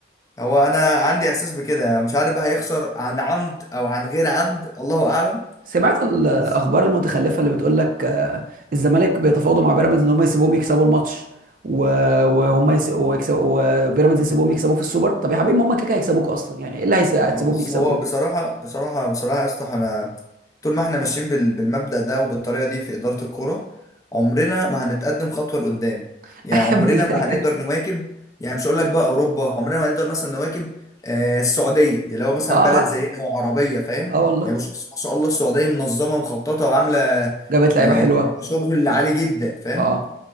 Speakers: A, on the left (about 20°); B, on the right (about 50°).
A: هو انا عندي احساس بكده يعني، مش عارف بقى هيخسر عن عمد او عن غير عمد الله اعلم
B: سمعت الاخبار
A: بس
B: المتخلفه اللي بتقول لك آه، الزمالك بيتفاوضوا مع بيراميدز ان هم يسيبوهم يكسبوا الماتش و- وهم يس- ويكسبوا وبيراميدز يسيبوهم يكسبوكوا في السوبر طب يا حبيبي ما هم كده كده هيكسبوكوا اصلا يعني ايه اللي هيس- هتسيبوهم
A: ما بص
B: يكسبوا
A: هو
B: ده
A: بصراحة بصراحة بصراحة يا اسطى احنا طول ما احنا ماشيين بال- بالمبدأ ده وبالطريقة دي في إدارة الكورة عمرنا ما هنتقدم خطوة لقدام
B: <laughs>
A: يعني
B: يا
A: عمرنا
B: ابني كده
A: ما
B: كده.
A: هنقدر نواكب يعني مش هقول لك بقى أوروبا عمرنا ما هنقدر مثلا نواكب آه السعودية يعني لو مثلا
B: اه
A: بلد
B: حتى
A: زينا وعربية فاهم
B: اه والله
A: يعني بص ما شاء الله السعودية منظمة ومخططة وعاملة
B: جابت لعيبه
A: آه
B: حلوه
A: شغل عالي جدا فاهم
B: اه